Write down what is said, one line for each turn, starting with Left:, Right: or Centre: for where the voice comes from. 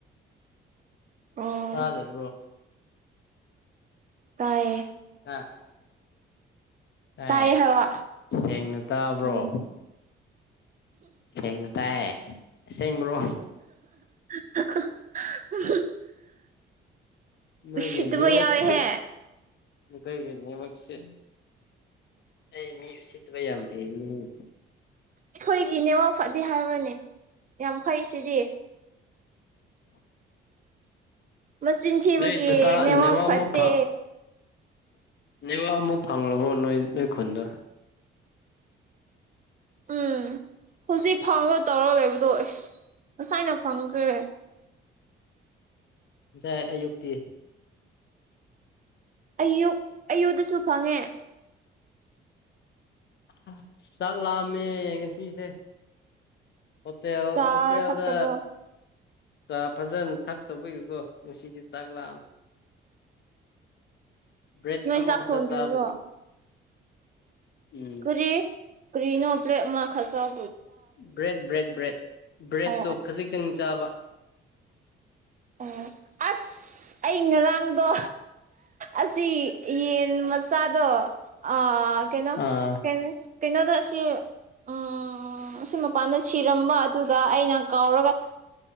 Right: ꯑꯣ
Left: ꯇꯥꯗꯕ꯭ꯔꯣ
Right: ꯇꯥꯏꯌꯦ
Left: <inaudible> ꯇꯥꯏ
Right: ꯇꯥꯏꯌꯦ ꯍꯥꯏꯕ
Left: ꯁꯦꯡꯅ ꯇꯥꯕ꯭ꯔꯣ
Right: ꯎꯝ
Left: ꯁꯦꯡꯅ ꯇꯥꯏꯌꯦ ꯑꯁꯦꯡꯕ꯭ꯔꯣ
Right: <inaudible>
Left: ꯅꫭꯏꯒꯤ
Right: ꯎꯁꯤꯠꯇꯕ
Left: ꯅꯦꯠꯋꯛꯁꯦ
Right: ꯌꯥꯎꯋꯦꯍꯦ
Left: ꯅꯈꫭꯏꯒꯤ ꯅꯦꯋꯛꯁꯦ ꯑꯩ ꯃꯤ ꯎꯁꯤꯠꯇꯕ ꯌꯥꯝ ꯍꯩꯕꯅꯤꯅꯦ
Right: ꯑꯩꯈꫭꯏꯒꯤ ꯅꯦꯠꯋꯛ ꯐꯠꯗꯦ ꯍꯥꯏꯕ꯭ꯔꯅꯦ ꯌꯥꯝ ꯐꯩ ꯁꯤꯗꯤ ꯃꯆꯤꯟ ꯊꯤꯕꯒꯤ
Left: ꯅꯣꯏ ꯗꯇꯥ
Right: ꯅꯦꯠꯋꯥꯛ
Left: ꯅꯦꯋꯥꯛ
Right: ꯐꯠꯇꯦ
Left: ꯃꯐꯥ ꯅꯦꯋꯥꯛ ꯑꯃꯨꯛ ꯐꯥꯒ꯭ꯔꯕꫭ ꯅꫭꯏ ꯅꯣꯏ ꯈꯨꯟꯗ <inaudible>
Right: ꯎꯝ ꯍꯧꯖꯤꯛ ꯐꯥꯎꯕ ꯇꯧꯔꯒ ꯂꯩꯕꯗꯣ ꯏꯁ ꯉꯁꯥꯏꯅ ꯐꯪꯈ꯭ꯔꯦ
Left: ꯉꯁꯥꯏ ꯑꯌꯨꯛꯇꯤ
Right: ꯑꯌꯨꯛ ꯑꯌꯨꯗꯁꯨ ꯐꯪꯉꯦ
Left: ꯑꯥ ꯆꯥꯛ ꯂꯥꯝꯃꯦ ꯉꯁꯤꯁꯦ ꯍꫭꯇꯦꯜ
Right: ꯆꯥ
Left: ꯍꫭꯇꯦꯜꯗ
Right: ꯊꯛꯇꯕ꯭ꯔꯣ
Left: ꯆꯥ ꯐꯖꯅ ꯊꯛꯇꯧꯕꯒꯤꯀꯣ ꯉꯁꯤꯗꯤ ꯆꯥꯛ ꯂꯥꯑꯃꯦ ꯕ꯭ꯦꯠ
Right: ꯅꯣꯏ
Left: ꯑꯃꯈꯛꯇ
Right: ꯆꯥꯛ ꯊꯣꯡꯗ꯭ꯔꯤꯕ꯭ꯔꯣ
Left: ꯆꯥꯕꯒꯤ ꯎꯝ
Right: ꯀꯔꯤ ꯀꯔꯤꯅꯣꯂ ꯃꯥ ꯈꯥꯁꯄ
Left: ꯕ꯭ꯔꯦꯗ ꯕ꯭ꯔꯦꯗ ꯕ꯭ꯔꯦꯗ ꯕ꯭ꯔꯦꯠꯇꯣ
Right: ꯑꯣ
Left: ꯈꯖꯤꯛꯇꯪ ꯆꯥꯕ <inaudible>
Right: ꯑꯣ ꯑꯁ ꯑꯩ ꯉꯔꯥꯡꯗꯣ ꯑꯁꯤ ꯌꯦꯟ ꯃꯆꯥꯗꯣ ꯑ ꯀꯩꯅꯣ
Left: ꯑꯥ
Right: ꯀ ꯀꯩꯅꯣꯗ ꯁꯤ ꯎꯝ ꯁꯤ ꯃꯄꯥꯟꯗ ꯁꯤꯔꯝꯕ ꯑꯗꯨꯒ ꯑꯩꯅ ꯀꯥꯎꯔꯒ